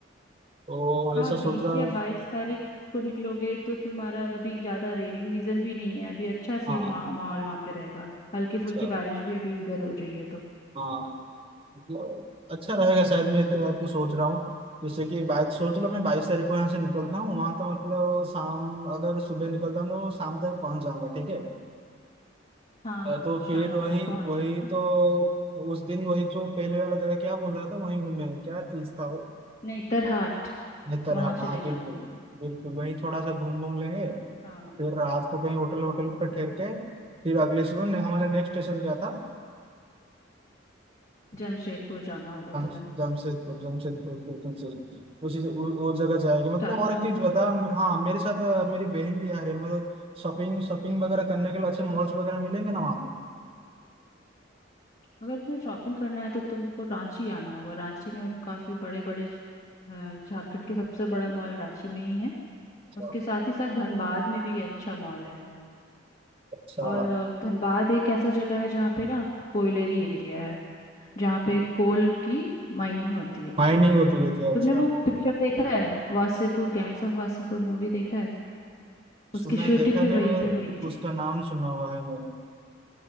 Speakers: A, on the right; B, on the left.
A: तो
B: हाँ
A: ऐसा सोच
B: बीस
A: रहा हूँ
B: या बाईस तारीख को निकलोगे तो तुम्हारा अभी ज्यादा रेनी सीजन भी नहीं है अभी अच्छा सी
A: हाँ
B: मा- माहौल वहां पे रहेगा हल्की फुल्की
A: अच्छा
B: बारिश भी अभी इधर हो रही है तो
A: हाँ मतलब अच्छा रहेगा शायद मैं तो आपको सोच रहा हूँ जैसे कि बाईस सोच लो मैं बाईस तारीख को यहाँ से निकलता हूँ वहाँ तो मतलब शाम अगर सुबह निकलता हूँ तो शाम तक पहुँच जाऊँगा ठीक है
B: हाँ
A: अ,
B: हाँ
A: तो
B: शाम
A: फिर वही
B: तक पहुंच
A: वही
B: जाओगी
A: तो उस दिन वही जो पहले वाला जगह क्या बोल रहा था वहीं घूमेंगे क्या चीज था वो
B: नहीं तरहाट
A: नेतरहाट
B: वहां
A: हाँ
B: चले जाना
A: बिल्कुल बिल्कुल वही थोड़ा सा घूम घूम लेंगे
B: हाँ
A: फिर रात को कहीं होटल होटल पर ठहर के फिर अगले सुबह ने, हमारे नेक्स्ट स्टेशन क्या था
B: जमशेदपुर जाना होगा
A: हम
B: तुम्हें
A: जमशेदपुर जमशेदपुर बिल्कुल सही उसी उ- वो जगह जाएंगे मतलब
B: टाटा
A: और एक चीज बता हम- हाँ मेरे साथ अ, मेरी बहन भी आ रही है मतलब शॉपिंग शॉपिंग वगैरह करने के लिए अच्छे मॉल्स वगैरह मिलेंगे ना वहाँ पर
B: अगर तुम्हें शॉपिंग करना है तो तुमको रांची आना होगा रांची में काफी बड़े बड़े अ, झारखंड के सबसे बड़ा मॉल रांची में ही है
A: अच्छा
B: उसके साथ ही साथ धनबाद में भी अच्छा मॉल है
A: अच्छा
B: और अ, धनबाद एक ऐसा जगह है जहाँ पे ना कोयलरी एरिया है जहाँ पे कोल की माइनिंग होती है
A: माइनिंग होती रहती है
B: तुमने
A: अच्छा
B: वो पिक्चर देखा है Wasseypur gangs of Wasseypur movie देखा है उसकी
A: सुना
B: शूटिंग
A: है देखा
B: भी
A: नहीं
B: वहीं
A: मगर
B: पे हुई
A: उसका
B: थी
A: नाम सुना हुआ है मैं